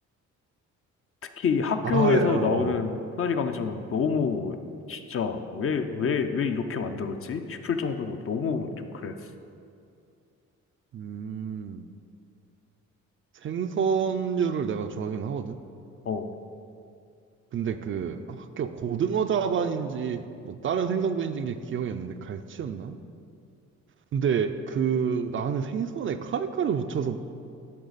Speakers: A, on the left; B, on the right.
A: 특히 학교에서
B: 아, 예, 어.
A: 나오는
B: 어.
A: 코나리 강정은 너무 진짜 왜, 왜, 왜 이렇게 만들었지? 싶을 정도로 너무 좀 그랬어.
B: 음, 생선류를 내가 좋아하긴 하거든?
A: 어.
B: 근데 그 학교 고등어 자반인지 뭐 다른 생선구이인지 게 기억이 안 나는데 갈치였나? 근데 그 나는 생선에 카레카를 묻혀서